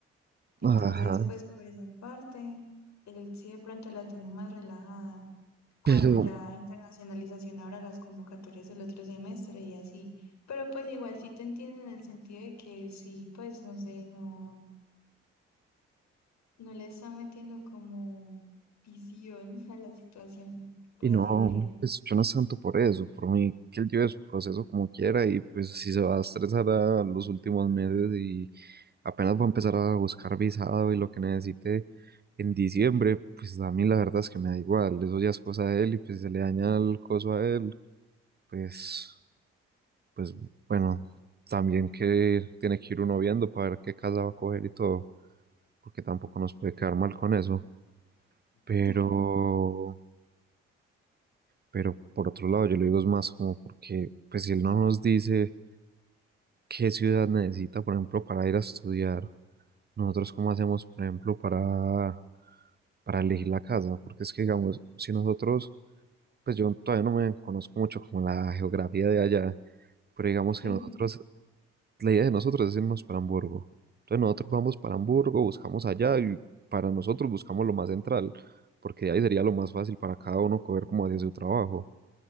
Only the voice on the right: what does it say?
Ajá,
pero,
y
no,
pues yo no es tanto por eso, por mí que él lleve su proceso como quiera y pues si se va a estresar a los últimos meses y apenas voy a empezar a buscar visado y lo que necesite en diciembre, pues a mí la verdad es que me da igual, eso ya es cosa de él y pues si se le daña el coso a él, pues, pues bueno, también que tiene que ir uno viendo para ver qué casa va a coger y todo, porque tampoco nos puede quedar mal con eso, pero,
pero por otro lado yo le digo es más como porque pues si él no nos dice qué ciudad necesita, por ejemplo, para ir a estudiar, nosotros cómo hacemos, por ejemplo, para para elegir la casa, porque es que, digamos, si nosotros, pues yo todavía no me conozco mucho como la geografía de allá, pero digamos
que nosotros, la idea de nosotros es irnos para Hamburgo. Entonces nosotros vamos para Hamburgo, buscamos allá y para nosotros buscamos lo más central, porque de ahí sería lo más fácil para cada uno coger como hacia su trabajo.